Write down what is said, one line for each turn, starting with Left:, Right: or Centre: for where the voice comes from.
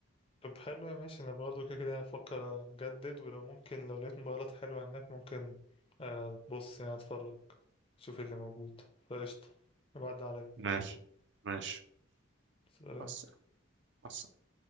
Left: طب حلو يا ماشي انا برضه كده كده افكر اجدد ولو ممكن لو لقيت موبايلات حلوة هناك ممكن آه، بص يعني اتفرج شوف إيه اللي موجود فقشطة بعد عليا
Right: ماشي ماشي
Left: سلام
Right: مع الس- مع السلامة